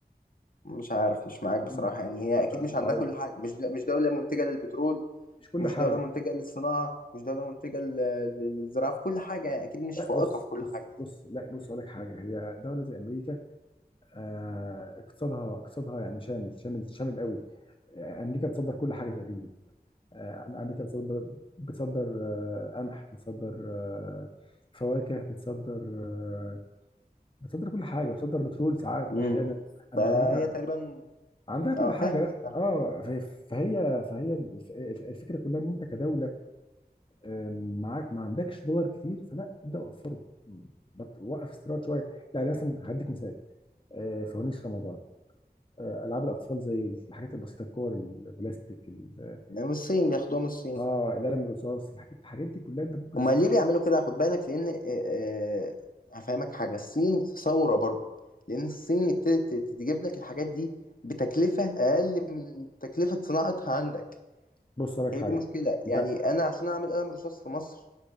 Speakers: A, on the left; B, on the left.
A: مش عارف مش معاك بصراحه
B: مم.
A: يعني هي
B: لا
A: اكيد
B: لا زراعيه
A: مش عندها كل حاجه مش مش دوله منتجه للبترول
B: مش كل
A: مش
B: حاجه
A: دوله منتجه للصناعه مش دوله منتجه لل- للزراعه في كل حاجه يعني اكيد مش
B: لا
A: فائقه
B: بص
A: في كل
B: بص
A: حاجه
B: بص لا بص اقول لك حاجه هي دوله زي امريكا آه اقتصادها اقتصادها يعني شامل شامل شامل قوي آه، امريكا بتصدر كل حاجه تقريبا آه، امريكا بتصدر بتصدر آه، قمح بتصدر آه، فواكه بتصدر آه، بتصدر كل حاجه بتصدر بترول ساعات
A: امم
B: احيانا أم-
A: فهي
B: امريكا
A: تقريبا
B: عندها كل
A: اه
B: حاجه
A: فاهم
B: لا
A: فاهم.
B: اه ف- فهي فهي الف- الف- الفكره كلها ان انت كدوله آه، معاك ما عندكش دولار كتير فلا ابدا وفره م. بط- وقف استيراد شويه يعني مثلا هديك مثال آه، فوانيس رمضان آه، العاب الاطفال زي الحاجات البسيطه الكور البلاستيك ال-
A: من الصين بياخدوها من الصين
B: اه القلم الرصاص الحاجات الحاجات دي كلها انت ممكن
A: هما
B: تصنعها
A: ليه بيعملوا كده خد بالك لان آه، آه، هفهمك حاجه الصين ثوره برضو لان الصين ابتدت تجيب لك الحاجات دي بتكلفه اقل من تكلفه صناعتها عندك
B: بص لك
A: هي
B: حاجه
A: دي مشكله
B: لا
A: يعني انا عشان اعمل قلم رصاص في مصر